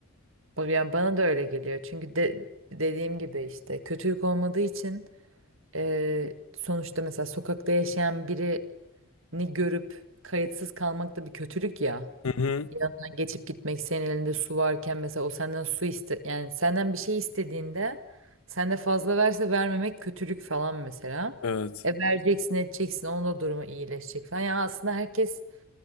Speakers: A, on the right; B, on the left.
A: Yani bana da öyle geliyor. Çünkü de, dediğim gibi işte kötülük olmadığı için e, sonuçta mesela sokakta yaşayan biri ni görüp kayıtsız kalmak da bir kötülük ya.
B: Hı hı.
A: Yanından geçip gitmek senin elinde su varken mesela o senden su iste yani senden bir şey istediğinde sen de fazla verse vermemek kötülük falan mesela.
B: Evet.
A: E vereceksin edeceksin onun da durumu iyileşecek falan. Yani aslında herkes